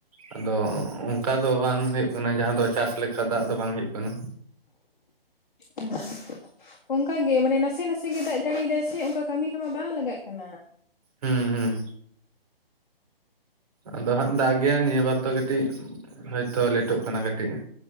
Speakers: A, on the right; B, on the left.
A: ᱟᱫᱚ ᱚᱱᱠᱟ ᱫᱚ ᱵᱟᱝ ᱦᱩᱭᱩᱜ ᱠᱟᱱᱟ ᱡᱟᱦᱟᱸ ᱫᱚ ᱪᱟᱥ ᱞᱮᱠᱟ ᱫᱟᱜ ᱫᱚ ᱵᱟᱝ ᱦᱩᱭᱩᱜ ᱠᱟᱱᱟ᱾ <unintelligible>
B: ᱦᱮᱸ ᱚᱱᱠᱟᱜᱮ ᱢᱟᱱᱮ ᱱᱟᱥᱮ ᱱᱟᱥᱮ ᱜᱮ ᱫᱟᱜ ᱡᱟᱹᱲᱤᱭᱫᱟᱭ ᱥᱮ ᱚᱱᱠᱟ ᱠᱟᱹᱢᱤ ᱨᱮᱢᱟ ᱵᱟᱝ ᱞᱟᱜᱟᱜ ᱠᱟᱱᱟ᱾
A: ᱦᱩᱸ ᱦᱩᱸ ᱟᱫᱚ ᱦᱟᱸᱜ ᱫᱟᱜ ᱜᱮᱭᱟ ᱱᱤᱭᱟᱹ ᱵᱟᱨ ᱫᱚ ᱠᱟᱹᱴᱤᱡ ᱦᱳᱭᱛᱳ ᱞᱮᱴᱚᱜ ᱠᱟᱱᱟ ᱠᱟᱹᱴᱤᱡ